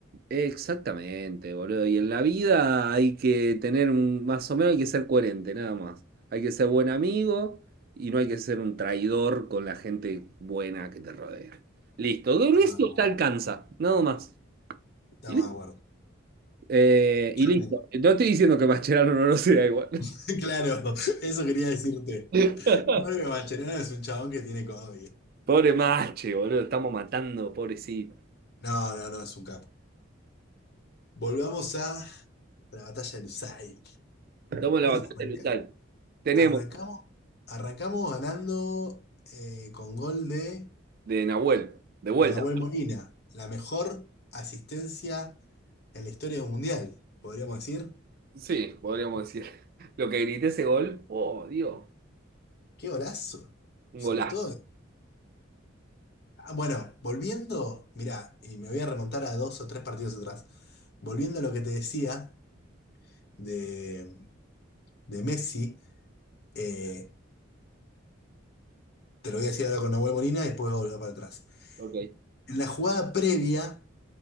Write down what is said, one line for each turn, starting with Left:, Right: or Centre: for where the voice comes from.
Right: Exactamente, boludo. Y en la vida hay que tener, un- más o menos hay que ser coherente, nada más. Hay que ser buen amigo y no hay que ser un traidor con la gente buena que te rodea. Listo, con
Left: Estamos,
Right: eso te alcanza, nada más.
Left: estamos
Right: Y
Left: de acuerdo.
Right: Eh, y
Left: Escuchame.
Right: listo. No estoy diciendo que Mascherano no lo sea igual.
Left: <laughs> Claro, eso quería decirte.
Right: <laughs>
Left: Yo creo que Mascherano es un chabón que tiene comedia.
Right: Pobre Mache, boludo, estamos matando, pobrecito.
Left: No, no, no, es un capo. Volvamos a la batalla del Lusail.
Right: Estamos en
Left: Bueno,
Right: la batalla
Left: arranca-
Right: de Luzal. Tenemos
Left: arrancamos, arrancamos ganando eh, con gol de...
Right: de Nahuel, de vuelta.
Left: de Nahuel Molina, la mejor asistencia en la historia del Mundial, podríamos decir.
Right: Sí, podríamos decir. <laughs> Lo que grité ese gol, oh, Dios,
Left: ¡Qué golazo!
Right: un
Left: Sobre
Right: golazo.
Left: todo. Ah, bueno, volviendo, mira y me voy a remontar a dos o tres partidos atrás. Volviendo a lo que te decía de, de Messi, eh, te lo voy a decir ahora con Nahuel Molina y después voy a volver para atrás.
Right: Ok.
Left: En la jugada previa,